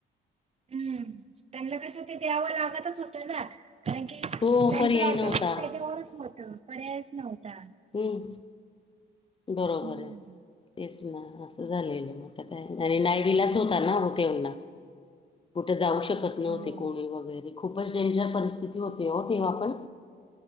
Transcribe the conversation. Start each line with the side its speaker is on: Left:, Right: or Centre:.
Right: हम्म त्यांना कसं ते द्यावं लागतच होतं ना. कारण की
Left: हो
Right: त्यांचा
Left: पर्याय
Right: हता
Left: नव्हता
Right: त्याच्यावरच होत पर्यायच नव्हता.
Left: हम्म बरोबर
Right: हम्म
Left: आहे तेच. ना असं झालेल मग आता काय आणि नायविलाच होता ना हो तेवना कुठे जाऊ शकत नव्हते
Right: हो
Left: कोणी वगैरे खूपच डेंजर परिस्थिती होते हो तेव्हा पण